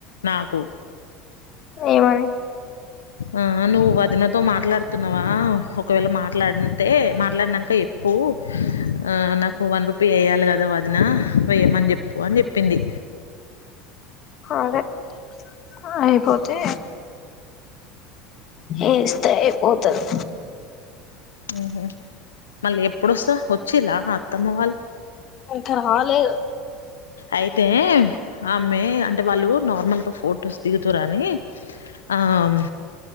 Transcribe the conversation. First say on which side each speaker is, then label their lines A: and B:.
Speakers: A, on the left; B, on the left.
A: నాకు
B: ఏమని
A: ఆ నువ్వు వదినతో మాట్లాడుతున్నావా ఒకవేళ మాట్లాడితే మాట్లాడినాక చెప్పు ఆ నాకు వన్ రూపీయి వేయాలి కదా వదిన వేయ్యమని చెప్పు అని చెప్పింది
B: అదే ఆ అయిపోతే ఏస్తే ఐపోతది
A: ఉహ మళ్ళీ ఎప్పుడొస్తా వచ్చేలా అత్తమ్మ వాళ్ళు
B: త లేదు
A: అయితే ఆమె అంటే వాళ్ళు నార్మల్గా ఫొటోస్ దిగుతారని ఆమ్